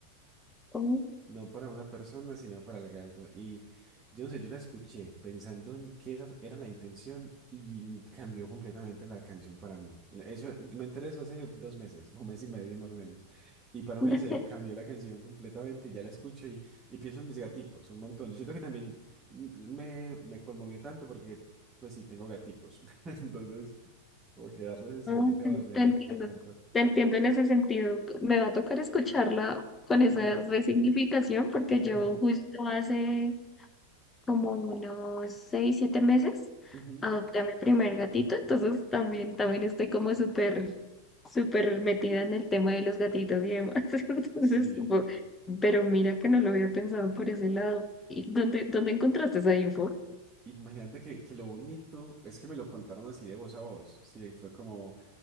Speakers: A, on the left; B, on the right.
A: Oh,
B: No para una persona, sino para el gato. Y yo no sé, yo la escuché pensando en que esa era la intención y cambió completamente la canción para mí. Eso, me enteré eso hace dos meses, o mes y medio más o menos. Y para mí
A: no,
B: se cambió la canción completamente y ya la escucho y, y pienso en mis gaticos un montón. Yo siento que también me, me conmovió tanto porque, pues sí, tengo gaticos. <laughs> Entonces, como que darle ese significado
A: Te
B: me,
A: te entiendo,
B: me encantó.
A: te entiendo en ese sentido. Me va a tocar escucharla
B: sí
A: con esa
B: Ajá,
A: resignificación porque
B: ajá.
A: yo justo hace como unos seis, siete meses,
B: ujú.
A: adopté a mi primer gatito, entonces también, también estoy como
B: Sí.
A: súper, súper metida en el tema de los gatitos y demás. <laughs> Entonces,
B: Sí.
A: supo- pero mira que no lo había pensado por ese lado. ¿Y dónde, dónde encontraste esa info?
B: Imagínate que, que lo bonito es que me lo contaron así de voz a voz. Sí, fue como